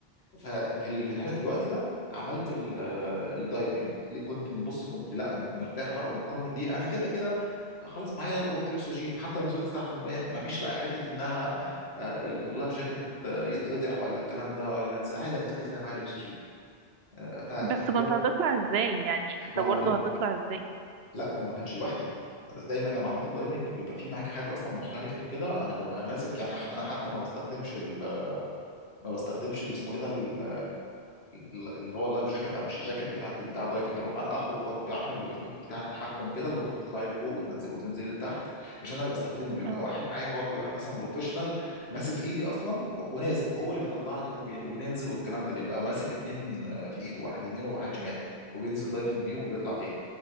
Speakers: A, on the left; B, on the right.
A: ففي ال- في, الح- في الوقت ده عملت ال- آه، الدايفنج ل- كنت بص كنت لا مرتاح بقى ومطمن ليه انا كده كده خلاص معايا بوبة الاكسجين فحتى لو نزلت تحت الميه ما فيش بقى حته انها آه، ال- اللايف جاكيت يت- يتقطع ولا الكلام ده ولا انزل عادي انا كده كده معايا الاكسجين آه، ف-
B: بس
A: فكنت
B: كنت هتطلع إزاي يعني أنت
A: ما هو
B: برضو هتطلع إزاي
A: لا ما هو ما كانش لوحدي دايما لما عملت الدايفنج بيبقى في معاكي حد اصلا محترف وكده انا ببقى ماسك يعني انا حتى ما بستخدمش ال... ما بستخدمش اللي اسمه ايه ده ال- ال- اللي هو اللايف جاكيت او مش الجاكيت بتاع بتاع الدايفنج اللي هو انا اخرج وأط- عارفه بيبقى فيه بتاع التحكم كده اللي هو بتطلعي لفوق وتنزلي وتنزلي لتحت مش انا اللي بستخدمه بيبقى
B: آه.
A: واحد معايا هو في واحد اصلا بروفيشنال ماسك ايدي اصلا ونازل هو اللي بيطلعني وبي... وبننزل والكلام ده بيبقى ماسك اتنين في ايده واحد يمين وواحد شمال وبينزل دايفنج بيهم وبيطلع تاني